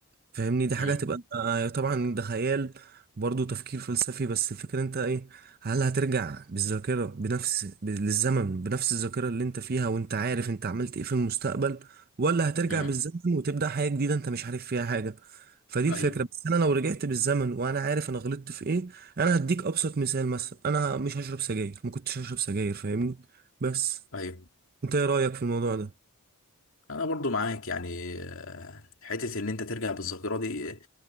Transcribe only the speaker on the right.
فاهمني دي حاجة
هتبقى آه، طبعا ده خيال برضه تفكير فلسفي بس الفكرة انت ايه هل هترجع بالذاكرة بنفس ب- للزمن بنفس الذاكرة اللي انت فيها وانت عارف انت عملت ايه في المستقبل ولا هترجع
بالزمن وتبدأ حياة جديدة انت مش عارف فيها حاجة فدي الفكرة
بس انا لو رجعت بالزمن وانا عارف انا غلطت في ايه انا هديك ابسط مثال مثلا انا مش هشرب سجاير ما كنتش هشرب سجاير فاهمني بس
انت ايه رأيك في الموضوع ده